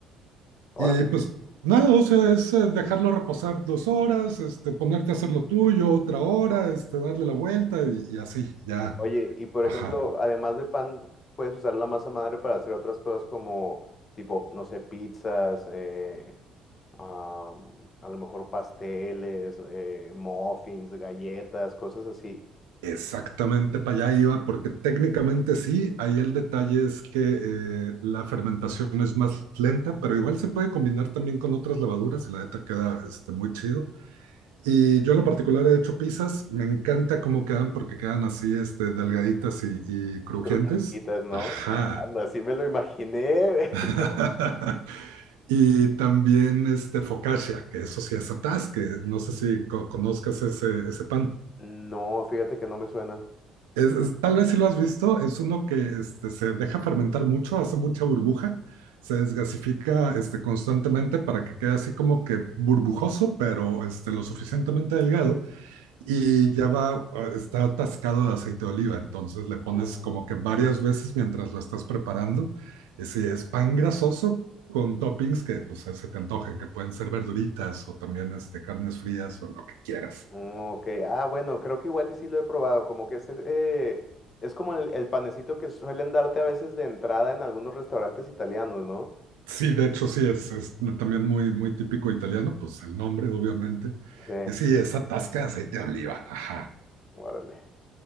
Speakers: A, on the left (about 45°); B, on the right (about 85°).
A: Órale.
B: Y pues nada, o sea, es eh, dejarlo reposar dos horas, este, ponerte a hacer lo tuyo otra hora, este, darle la vuelta y, y así, ya.
A: Oye, y por
B: Ajá,
A: ejemplo, además de pan, puedes usar la masa madre para hacer otras cosas como, tipo, no sé, pizzas, eh, am, a lo mejor pasteles, eh, muffins, galletas, cosas así,
B: exactamente para allá iba, porque técnicamente sí, ahí el detalle es que eh, la fermentación es más lenta, pero igual se puede combinar también con otras levaduras y la neta queda este, muy chido. Y yo en lo particular he hecho pizzas, me encanta cómo quedan porque quedan así, este, delgaditas y, y crujientes.
A: y crujientitas, ¿no?
B: Ajá.
A: Anda, así me lo imaginé.
B: <laughs>
A: <laughs>
B: Y también este focaccia, que eso sí es atrás, que No sé si co- conozcas ese, ese pan.
A: No, fíjate que no me suena.
B: Es- es- tal vez si lo has visto, es uno que este, se deja fermentar mucho, hace mucha burbuja, se desgasifica este, constantemente para que quede así como que burbujoso, pero este, lo suficientemente delgado. Y ya va, eh, está atascado de aceite de oliva, entonces le pones
A: Mm,
B: como que varias veces mientras lo estás preparando. Y si es pan grasoso con toppings que pues, se te antojen, que pueden ser verduritas o también este, carnes frías o lo que quieras.
A: mm, ok, ah, bueno, creo que igual y sí lo he probado, como que es, es, eh, es como el, el panecito que suelen darte a veces de entrada en algunos restaurantes italianos, ¿no?
B: Sí, de hecho sí, es, es también muy, muy típico italiano, pues el nombre obviamente.
A: Sí,
B: Y sí, esa tasca de aceite de oliva, ajá.
A: órale.